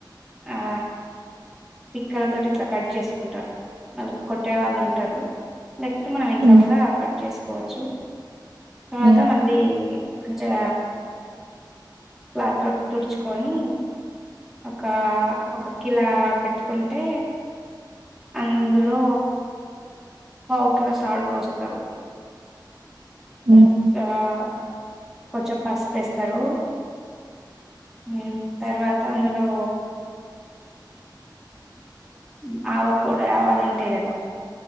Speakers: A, in the centre; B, on the right.
A: ఆ పిక్కల తోటి ఇట్లా కట్ చేసుకుంటారు, మళ్ళ కొట్టే వాళ్ళు ఉంటారు. లేకపోతే మనం ఇంట్లో
B: మ్మ్
A: కూడా కట్ చేస్ కోవొచ్చు తర్వాత
B: మ్మ్
A: మళ్ళీయి. కొంచెం క్లాత్ తో తుడుచుకొని ఒక ఒక కిలా పెట్టుకుంటే అందులో పావు కిలో సాల్ట్ పోస్తరు.
B: మ్మ్
A: ఇంకా <inaudible> కొంచెం పసుపు ఎస్తరు ఉ తర్వాత అందులో ఉ ఆవ పొడి, ఆవాలు ఉంటాయి కదా